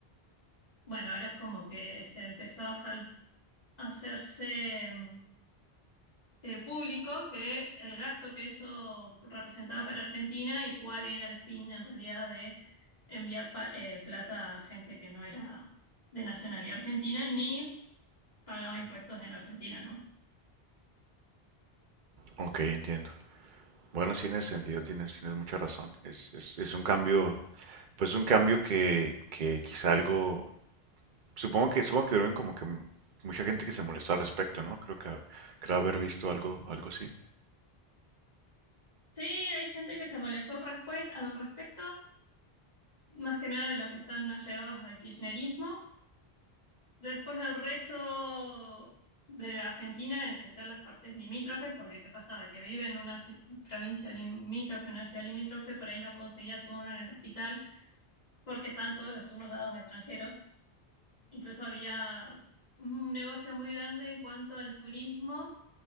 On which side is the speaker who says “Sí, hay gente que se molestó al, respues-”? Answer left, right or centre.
Left